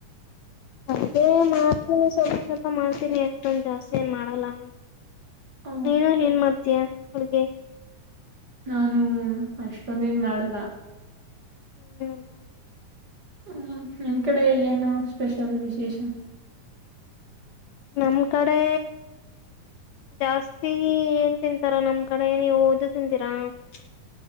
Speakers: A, on the left (about 80°); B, on the right (about 40°).
A: ಅದೇ ಮಾಡ್ತೀನಿ ಸ್ವಲ್ಪ ಸ್ವಲ್ಪ ಮಾಡ್ತೀನಿ ಎಷ್ಟೊಂದ ಜಾಸ್ತಿ ಏನ್ ಮಾಡಲ್ಲ
B: ಆ,
A: ನೀನು ಏನ್ ಮಾಡ್ತೀಯಾ ಹಗೆ
B: ನಾನು ಅಷ್ಟೊಂದನ್ ಮಾಡಲ್ಲ
A: ಹ್ಮಲ್ಲಂತ
B: ಹ್ಮ್ ನಿಮ್ ಕಡೆ ಏನು ಸ್ಪೆಷಲ್ ವಿಶೇಷ
A: ನಮ್ ಕಡೆ ಜಾಸ್ತಿ ಏನ್ ತಿಂತಾರ ನಮ್ ಕಡೆ ನೀವು ಓದದು ತಿಂತೀರಾ <unintelligible>